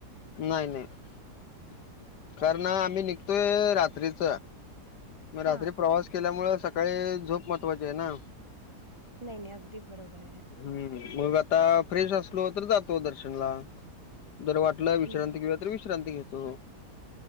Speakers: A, on the left (about 80°); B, on the right (about 20°).
A: नाही नाही कारण आम्ही निघतोय रात्रीच. म रात्री
B: हा
A: प्रवास केल्यामुळ सकाळी झोप महत्वाची आहे ना.
B: नाही नाही अगदी बरोबर आहे.
A: हम्म मग आता फ्रेश असलो तर जातो दर्शनला जर वाट वाटला विश्रांती
B: हं.
A: घेवुया तर विश्रांती घेतो.